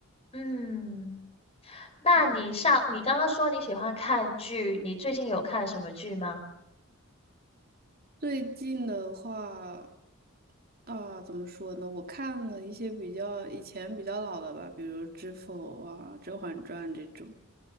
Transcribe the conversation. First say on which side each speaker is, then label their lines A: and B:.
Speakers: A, on the left; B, on the right.
A: 嗯，那你上，
B: 嗯，
A: 你刚刚说你喜欢看剧，你最近有看什么剧吗？
B: 最近的话，啊，怎么说呢？我看了一些比较以前比较老的吧，比如《知否》啊，《甄嬛传》这种。